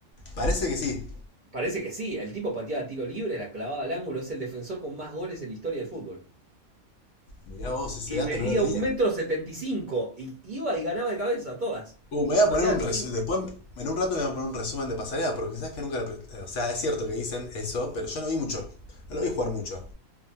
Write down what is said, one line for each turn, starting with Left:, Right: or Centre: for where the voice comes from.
Left: Parece que sí.
Right: Parece que sí, el tipo pateaba tiro libre, la clavaba al ángulo, es el defensor con más goles en la historia del fútbol.
Left: Mirá vos, ese
Right: Y
Left: dato
Right: medía
Left: no lo tenía.
Right: un metro setenta y cinco. Y iba y ganaba de cabeza todas.
Left: Uh, me voy
Right: Y
Left: a
Right: pateaba
Left: poner un
Right: tiro
Left: resumen.
Right: libre.
Left: Después, en un rato me voy a poner un resumen de pasarela, porque sabes que nunca la pre- O sea, es cierto que dicen eso, pero yo no vi mucho. No lo vi jugar mucho.